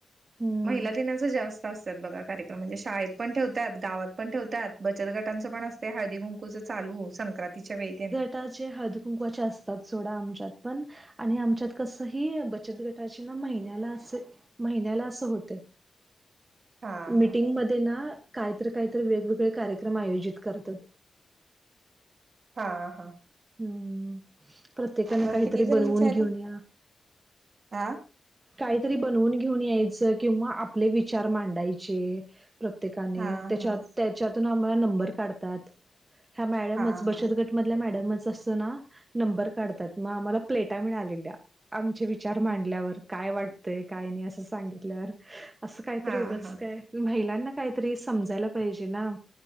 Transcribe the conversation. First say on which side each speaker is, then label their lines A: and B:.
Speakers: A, on the right; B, on the right.
A: हम्म
B: महिला दिनाचं जास्त असतात बघा कार्यक्रम म्हणजे शाळेत पण ठेवतात, गावात पण ठेवतात, बचत गटांचं पण असतय हळदी कुंकूच. चालू संक्रांतीच्या वेळे तेन
A: त जे हळदि कुंकुवाचे असतात सोडा, आमच्यात पण आणि आमच्यात कस हि बचत गटाची ना महिन्याला आसे महिन्याला आसं होतय.
B: हा
A: मीटिंग
B: हा
A: मध्ये ना काहीतर-काहीतर वेगवेगळे कार्यक्रम आयोजित करतात.
B: हा-हा.
A: हम्म, प्रत्येकान
B: मग
A: काहीतरी
B: किती जणींचा
A: बनवून
B: आहे
A: घेऊन
B: तो
A: या.
B: हा
A: काहीतरी बनवून घेऊन यायचं, किंवा आपले विचार मांडायचे. प्रत्येकाने,
B: हा
A: त्या-त्याच्यातून
B: हा
A: आम्हाला नंबर काढतात, ह्या मॅडमच
B: हा
A: बचतगट
B: हा
A: मधल्या मॅडमच असतं ना नंबर काढतात, म आम्हाला प्लेटा मिळालेल्या, आमचे वि विचार मांडल्यावर, काय वाटतय, काय नाही. असं सांगितल्यावर, असं काहीतरी
B: हा
A: उगंच
B: हा
A: काय. महिलांना काहीतरी समजायला पाहिजे ना,